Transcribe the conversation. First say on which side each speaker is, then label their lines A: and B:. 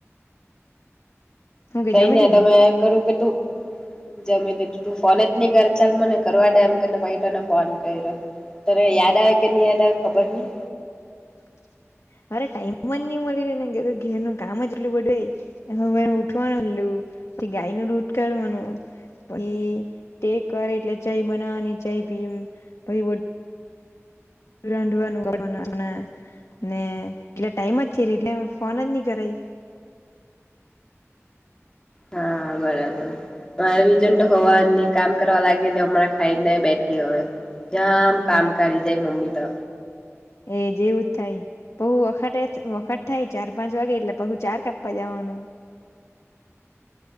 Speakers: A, on the left (about 65°); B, on the left (about 15°).
A: હું કે
B: તઈ
A: જમી
B: ને
A: લીધું
B: તમે કરું કે તું જમી દીધું તું ફોન જ નહી કર ચાલ મને કરવા દે એમ કરીને પૈ તોને ફોન કર્યો તને યાદ આવે કે નહી યાદ આવે ખબર નહી
A: <unintelligible> અરે ટાઈમ ન મળી ને ઘેર ન કામ જ એટલું બડુંય હ ઉઠવાનુંું ગાય નું દૂટ કાઢવાનું પછી તે કરે એટલે ચાય બનાવવાની ચાય પીએમ ભહી વો રરાડવા નના ને એટલે ટાઈમ જ છે ર એટલે ફોન જ નહી કરાઈ
B: હા બરાબર મા વિજ તો હોવા નહી કામ કરવા લાગે હમણાં ખાઈને બેઠ હવે જામ કામ
A: એ
B: કરી જાય મમ્મી તો,
A: એ જેવું જ થાય બહુ વખ વખત થાય ચાર પાંચ વાગે એટલે પહુ ચાર કપવા જવાનું હનું